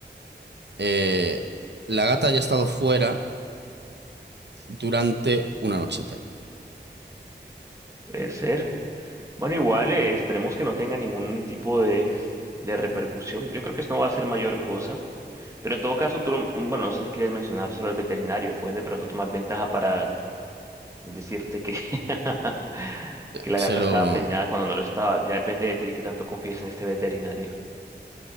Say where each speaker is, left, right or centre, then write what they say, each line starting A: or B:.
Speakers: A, on the right; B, on the right.
A: eh, la gata haya estado fuera durante una noche entera.
B: Puede ser. Bueno, igual, eh, esperemos que no tenga ningún tipo de, de repercusión. Yo creo que esto no va a ser mayor cosa. Pero en todo caso, tú, lo- bueno, no sé si quieres mencionar solo al veterinario. Pueden de pronto tomar ventaja para decirte que, <laughs> que la
A: Se
B: gata
A: lo...
B: estaba preñada cuando no lo estaba. Ya depende de ti de qué tanto confíes en este veterinario.